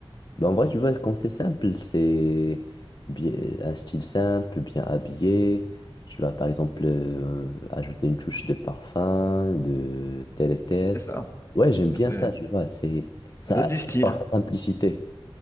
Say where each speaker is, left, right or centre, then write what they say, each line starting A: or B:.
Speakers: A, on the left; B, on the left.
A: Ben, en vrai, tu vois, quand c'est simple, c'est bien, un style simple, bien habillé. Tu vas, par exemple, euh, ajouter une touche de parfum, de tel et tel.
B: C'est ça.
A: Ouais, j'aime bien
B: Ça fait...
A: ça, tu vois, c'est, ça
B: ça donne
A: attire
B: du style.
A: par sa simplicité.